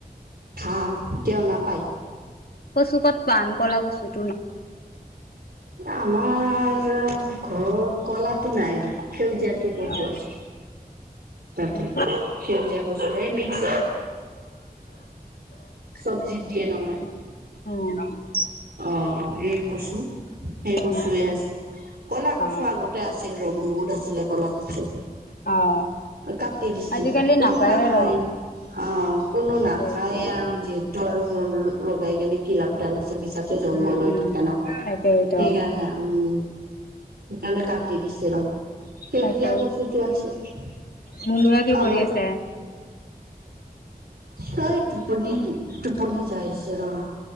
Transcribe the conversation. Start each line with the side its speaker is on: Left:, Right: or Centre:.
Right: অ', কিয় নাপায়?
Left: কচু ক'ত পাম কলা কচু!
Right: এ আমাৰ যে ঘৰত ক'লাতো নাই ৰ'ব সেউজীয়াতো কচু
Left: অ
Right: আছে। তাকে
Left: উম
Right: সেউজীয়া কচুৱে মিক্স। চব্জিত দিয়ে নহয়।
Left: অ'।
Right: অ', এই কচু সেই
Left: উম
Right: কচুয়ে আছে। ক'লা কচু
Left: অ
Right: আগতে আছিল ৰ'ব বহুত আছিলে কলা কচু।
Left: অ'।
Right: কাটি দিছে
Left: আজিকালি
Right: কোনো
Left: নাপায়ে
Right: নাখায়
Left: ৰ
Right: অ' কোনো
Left: তাকেইতো
Right: নাখায়ে আৰু যিহেতু তো আৰু লগাই কেনে কি লাভালাভ আছে আৰু মিছা তে জংঘল
Left: উম
Right: হৈ
Left: উম
Right: থাকে ন
Left: তাকেইতো
Right: সেইকাৰণে আৰু উম। সেই কাৰণে কাটি দিছে ৰ'হ। সেউজীয়া
Left: তাকে
Right: কচুটো আছে
Left: মুনুৱে কি কৰি
Right: আমাৰ।
Left: আছে
Right: সেই টোপনি দিওঁ টোপনি যাই আছে ৰ